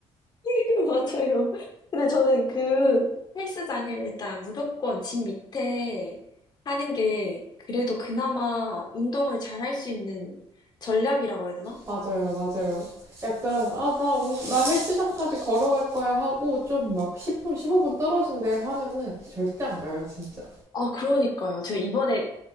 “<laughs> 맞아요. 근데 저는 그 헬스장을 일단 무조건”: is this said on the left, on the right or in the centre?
Left